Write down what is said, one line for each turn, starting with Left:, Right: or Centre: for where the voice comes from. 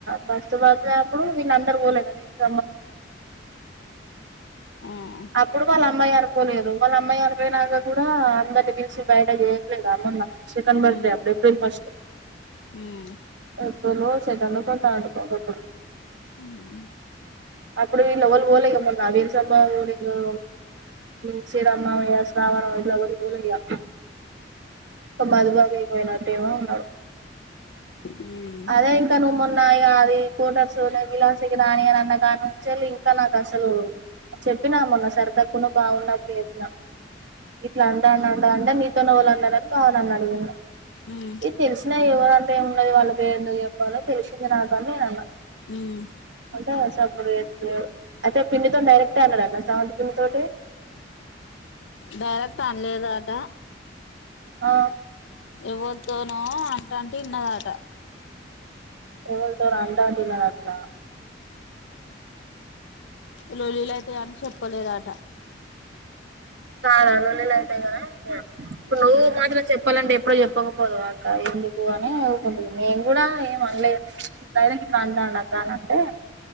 Right: ఫస్ట్ బర్త్డే అప్పుడు వీళ్ళు అందరు పోలేదు <inaudible>
Left: ఆ ఉమ్
Right: అప్పుడు వాళ్ళ అమ్మాయి అనుకోలేదు వాళ్ళ అమ్మాయి కూడా అనిపోయినాక కూడా అందరిని పిలిచి బయట చేయట్లేద మొన్న సెకండ్ బర్త్
Left: ఉమ్
Right: డే అప్పుడు ఏప్రిల్ ఫస్ట్
Left: ఉమ్
Right: ఏప్రిల్ ఒ సెకండ్ కొ థర్డ్ కో ఒకఅప్పుడు
Left: ఉమ్
Right: అప్పుడు వీళ్ళఎవళ్ళు పోలే ఇక మొన్న వీలస్వామి మావయ్య <unintelligible> శ్రీరామ్ మావయ్య శ్రావణు పోలయ్యా ఒక మధుబాబు పోయినట్టేమో ఉన్నాడు.
Left: ఉమ్
Right: అదే ఇంకా నువ్వు మొన్న ఆ అది ఫోటోస్ విలాసకి రాని అని అన్న కాని నుంచి ఇంకా నాకు అసలు చెప్పినా మొన్న సరిదకున బాగున్నట్డు చెప్పినా ఇట్లా అంటా అంట అంటే మీతోనే వాళ్ళు అన్నాడని బాగున్నాన్నని అడిగింది
Left: ఉమ్
Right: ఇది తెలిసినా ఎవరంటే ఏ ఉన్నది వాళ్ళ నేను ఎందుకు చెప్పాలో తెలిసింది నాకు అని అన్నా
Left: ఉమ్
Right: అంటే సప్పుడు చేస్తలే అయితే పిన్నీ తో డైరెక్ట్ అన్నడంట స్రవంతి పిన్ని తోటి
Left: దరక్ పనిలేదు అట
Right: ఆ
Left: ఎవల్తోనో అంటంటే ఇన్నదాట
Right: ఎవల్తోనో అంటంటే విన్నడటన
Left: లోళ్ళులు అయితే అని చెప్ప పోలేదట
Right: కాలవలవల్ల లేట్ ఐందన ఇప్పుడు నువ్వు
Left: ఉమ్
Right: మాత్రం చెప్పాలంటే ఎప్పుడ చెప్పకపోదువ అక్క ఎందుకు అని ఊకుంటుంది నేను కూడా ఏం అనలేదు అక్క అని <unintelligible> అంటే